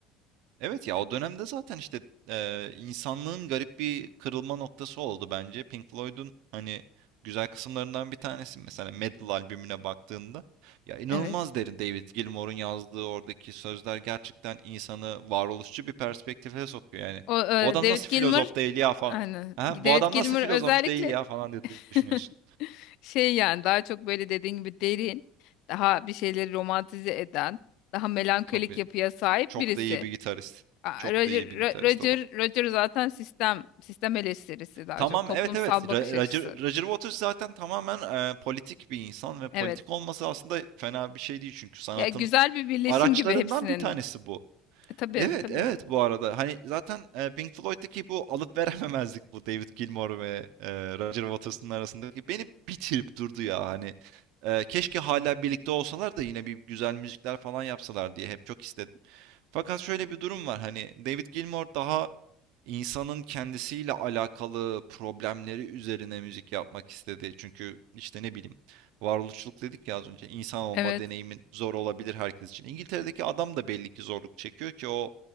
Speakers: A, on the right; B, on the left.
A: Evet ya o dönemde zaten işte eee, insanlığın garip bir kırılma noktası oldu bence. Pink Floyd'un hani güzel kısımlarından bir tanesi mesela Metal albümüne baktığında ya inanılmaz
B: evet.
A: derin David Gilmour'un yazdığı oradaki sözler gerçekten insanı varoluşçu bir perspektife sokuyor yani.
B: O e,
A: Bu adam
B: David
A: nasıl filozof
B: Gilmour
A: değil ya falan.
B: aynen.
A: Ha,
B: David
A: bu adam
B: Gilmour
A: nasıl filozof
B: özellikle
A: değil ya falan diye düşünüyorsun.
B: <laughs> şey yani daha çok böyle dediğin gibi derin, daha bir şeyleri romantize eden, daha melankolik
A: Tabii
B: yapıya sahip
A: çok
B: birisi.
A: da iyi bir gitarist.
B: Aa,
A: Çok
B: Roger,
A: da iyi
B: Ro-
A: bir gitarist
B: Roger,
A: adam.
B: Roger zaten sistem, sistem eleştirisi daha
A: Tamam
B: çok toplumsal
A: evet evet Ra-
B: bakış açısı.
A: Roger, Roger Waters zaten tamamen e, politik bir insan ve politik
B: Evet.
A: olması aslında fena bir şey değil çünkü sanatın
B: Ya güzel bir birleşim
A: araçlarından
B: gibi hepsinin.
A: bir tanesi bu.
B: E, tabii
A: Evet
B: tabii.
A: evet bu arada hani zaten e, Pink Floyd'daki bu alıp verememezlik bu David Gilmour ve e, Roger Waters'ın arasındaki beni bitirip durdu ya hani E, keşke hala birlikte olsalar da yine bir güzel müzikler falan yapsalar diye hep çok istedim. Fakat şöyle bir durum var hani David Gilmour daha insanın kendisiyle alakalı problemleri üzerine müzik yapmak istedi. Çünkü işte ne bileyim varoluşçuluk dedik ya az önce insan olma
B: Evet,
A: deneyimin zor olabilir herkes için. İngiltere'deki adam da belli ki zorluk çekiyor ki o